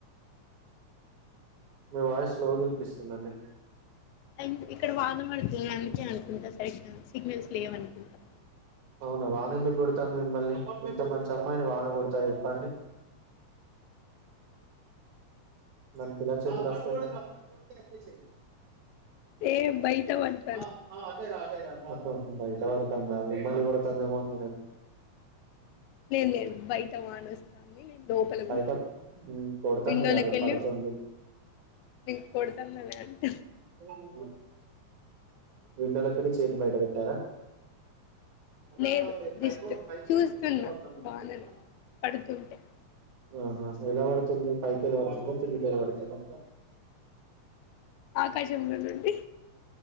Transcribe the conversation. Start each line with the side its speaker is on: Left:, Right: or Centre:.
Right: మీ వాయిస్ స్లో విన్పిస్తుందండి
Left: అండ్ ఇక్కడ వాన పడుతుంది అందుకే అనుకుంటా సరిగ్గా సిగ్నల్స్ లేవ్ అనుకుంటా
Right: అవునా వాన ఎందుకు కొడుతాంది మిమ్మల్ని ఇంత మంచి అమ్మాయిని వాన కొడతాదా చెప్పండి దానికి ఏలా చేతులు వస్తయి
Left: ఏ బయట పడు
Right: <unintelligible> బయట పడతాంద మీమ్మల్ని కొడుతంది ఏమో నేను అనుకున్న
Left: లేద్ లేదు బయట వానొస్తాంది నేను లోపల
Right: బయట
Left: కూర్చున్న
Right: ఉమ్ కొడుతుంది
Left: విండోలో
Right: కాదు
Left: కెళ్ళి
Right: పడుతుంది
Left: నేను కొడతన్నానే అంట
Right: ఊమ్ విండోలోకెళ్ళి చేతి బయట పెట్టారా అన్నా
Left: లేదు
Right: అక్కడ
Left: జస్ట్
Right: ఫైర్ైర్
Left: చూస్తున్నా
Right: ఎ <inaudible>
Left: వానని పడుతుంటే
Right: ఆహా ఎలా పడుతుంది పైకేల్లి పడుతుంద కిందికెళ్లి పడుతుందా
Left: ఆకాశంలొ నుండి